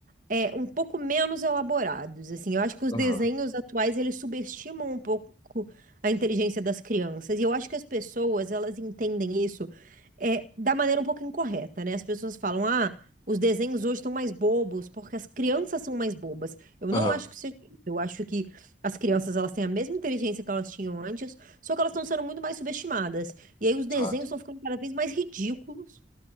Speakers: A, on the right; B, on the left.
A: é, um pouco menos elaborados, assim. Eu acho que os
B: Aham,
A: desenhos atuais, eles subestimam um pouco a inteligência das crianças. E eu acho que as pessoas, elas entendem isso é, da maneira um pouco incorreta, né? As pessoas falam, ah, os desenhos hoje estão mais bobos porque as crianças são mais bobas. Eu
B: aham,
A: não acho que seja isso. Eu acho que as crianças, elas têm a mesma inteligência que elas tinham antes, só que elas estão sendo muito mais subestimadas. E aí os
B: exato.
A: desenhos estão ficando cada vez mais ridículos